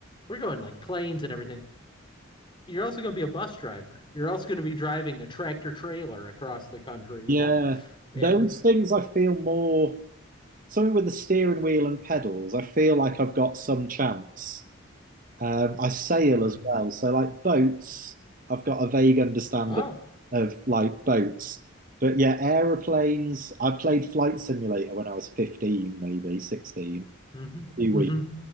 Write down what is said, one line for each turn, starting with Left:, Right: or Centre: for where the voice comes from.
Left: we're going like planes and everything. You're also going to be a bus driver. You're also going to be driving a tractor trailer across the country. You
Right: yeah.
Left: know, and
Right: Those things I feel more, something with the steering wheel and pedals, I feel like I've got some chance. Um, I sail
Left: mm.
Right: as well. So like boats, I've got a vague understanding
Left: oh,
Right: of like boats. But yeah, aeroplanes, I played Flight Simulator when I was 15, maybe 16,
Left: hmm
Right: a few
Left: hmm
Right: weeks.